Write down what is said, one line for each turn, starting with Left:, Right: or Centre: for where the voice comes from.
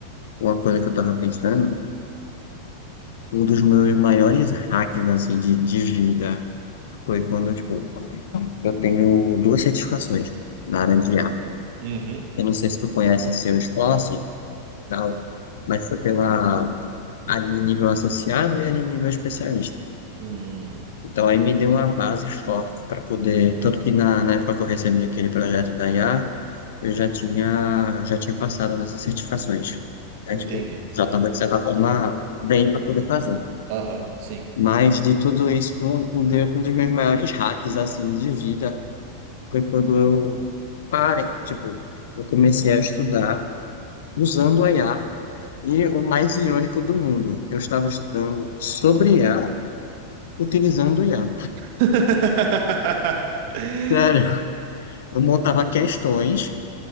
Left: uma coisa que eu tava pensando, um dos meus maiores hacks assim, de, de vida foi quando, tipo, eu tenho duas certificações na área de IA.
Right: Uhum.
Left: Eu não sei se tu conhece a o Salesforce e tal, mas foi pela a de nível associado e a de nível especialista.
Right: Hum,
Left: Então aí me deu uma base forte para poder, tanto que na, na época que eu recebi aquele projeto da IA, eu já tinha, já tinha passado nessas certificações. É,
Right: entendi.
Left: tipo, já estava, de certa forma, bem para poder fazer.
Right: Aham, sim.
Left: Mas de tudo isso, um, um de- um dos meus maiores hacks, assim, de vida foi quando eu parei, tipo, eu comecei a estudar usando o IA e o mais irônico do mundo, eu estava estudando sobre IA utilizando o IA.
Right: <laughs>
Left: Sério, eu montava questões